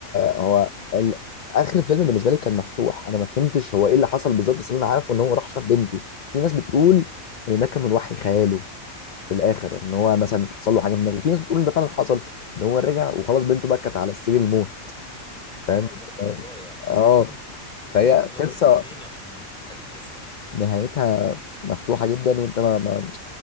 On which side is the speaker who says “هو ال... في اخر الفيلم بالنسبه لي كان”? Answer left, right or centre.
Left